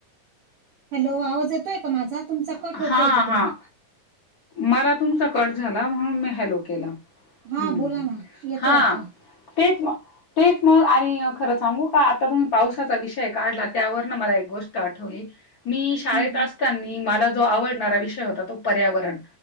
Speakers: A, on the right (about 60°); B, on the left (about 70°).
A: हॅलो आवाज येतोय का माझा तुमचा कट
B: हां,
A: होतोय तिकडून
B: हां. मला तुमचा कट झाला म्हणून मी हॅलो केला. हूं
A: हा
B: हूं
A: बोला ना येतोय
B: हा
A: आता.
B: तेच म तेच मग आणि खरं सांगू का आता तुम्ही पावसाचा विषय काढला त्यावर न मला एक गोष्ट आठवली. मी शाळेत
A: हम्म हम्म.
B: असतानी मला जो आवडणारा विषय होता तो पर्यावरण.